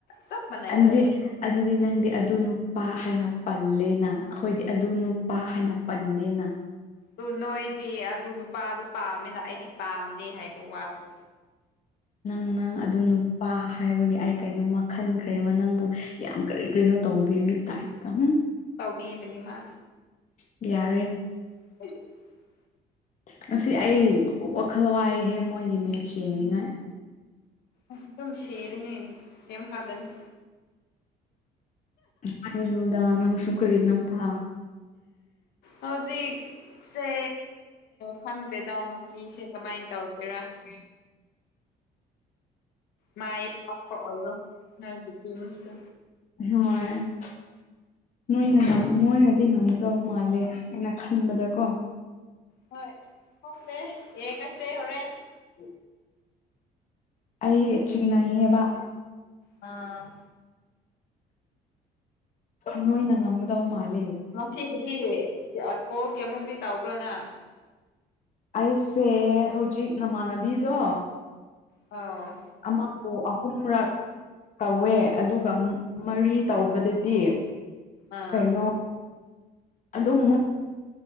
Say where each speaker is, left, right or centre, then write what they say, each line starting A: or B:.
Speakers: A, on the left; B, on the left.
A: ꯆꯞ ꯃꯥꯟꯅꯩꯌꯦ
B: ꯑꯗꯨꯗꯤ ꯑꯗꯨꯗꯤ ꯅꯪꯗꯤ ꯑꯗꯨ ꯅꯨꯄꯥ ꯍꯥꯏꯅ ꯄꯜꯂꯦꯅ ꯑꯩꯈꯣꯏꯗꯤ ꯑꯗꯨ ꯅꯨꯄꯥ ꯍꯥꯏꯅ ꯄꯜꯗꯦꯅ
A: ꯑꯗꯨ ꯅꯣꯏꯗꯤ ꯑꯗꯨ ꯅꯨꯄꯥꯗꯨ ꯄꯥꯝꯃꯤꯅ ꯑꯩꯗꯤ ꯄꯥꯝꯗꯦ ꯍꯥꯏꯕ ꯋꯥꯅꯦ
B: ꯅꯪ ꯅꯪ ꯑꯗꯨ ꯅꯨꯄꯥ ꯍꯥꯏꯕꯒꯤ ꯑꯩ ꯀꯩꯅꯣꯝꯃ ꯈꯟꯈ꯭ꯔꯦꯕ ꯅꯪꯕꯨ ꯌꯥꯝ ꯀꯔꯤ ꯀꯔꯤꯅꯣ ꯇꯧꯕꯤꯕꯩ ꯇꯥꯏꯞꯇ ꯍꯨꯝ
A: ꯇꯧꯕꯤꯕꯅꯦ ꯃꯥ
B: ꯌꯥꯔꯦ
A: <inaudible>
B: ꯉꯁꯤ ꯑꯩ ꯋꯥꯈꯜ ꯋꯥꯏꯍꯦ ꯃꯣꯏꯒꯤ ꯃꯦꯠꯆ ꯌꯦꯡꯅꯤꯡꯉꯥꯏ
A: ꯑꯁ ꯑꯗꯨꯝ ꯁꯤꯔꯅꯤ ꯀꯩꯝ ꯍꯥꯏꯕꯅꯤ
B: ꯍꯥꯏꯔꯅꯨꯗ ꯅꯪꯁꯨ ꯀꯔꯤꯅꯣꯗ
A: ꯍꯧꯖꯤꯛꯁꯦ ꯈꯪꯗꯦꯗ ꯆꯤꯡꯁꯦ ꯀꯃꯥꯏ ꯇꯧꯒꯦꯔꯥ
B: <inaudible>
A: ꯃꯥꯏ ꯄꯥꯛꯄ ꯑꯣꯏꯔꯣ ꯅꯪꯒꯤ ꯄꯨꯟꯁꯤ
B: ꯍꯣꯏ ꯅꯣꯏꯅ ꯉꯝ ꯃꯣꯏꯅꯗꯤ ꯉꯝꯒꯗꯧꯕ ꯃꯥꯜꯂꯦ ꯑꯩꯅ ꯈꯟꯕꯗꯀꯣ
A: ꯍꯣꯏ ꯈꯪꯗꯦ ꯌꯦꯡꯉꯁꯦ ꯍꯣꯔꯦꯟ
B: <inaudible> ꯑꯩ ꯆꯤꯡꯅꯩꯑꯦꯕ
A: ꯑꯥ
B: ꯅꯣꯏꯅ ꯉꯝꯒꯗꯧ ꯃꯥꯜꯂꯦ
A: ꯉꯁꯤꯒꯤꯗꯤ ꯑ ꯀꯣꯜꯒꯤ ꯑꯃꯨꯝꯗꯤ ꯇꯧꯕ꯭ꯔꯣ ꯅꯪ
B: ꯑꯩꯁꯦ ꯍꯧꯖꯤꯛ ꯅꯃꯥꯟꯅꯕꯤꯗꯣ
A: ꯑꯧ
B: ꯑꯃꯕꯨ ꯑꯍꯨꯝꯔꯛ ꯇꯧꯋꯦ ꯑꯗꯨꯒ ꯃꯔꯤ ꯇꯧꯕꯗꯗꯤ
A: ꯑꯥ
B: ꯀꯩꯅꯣ ꯑꯗꯨꯝꯃꯨꯛ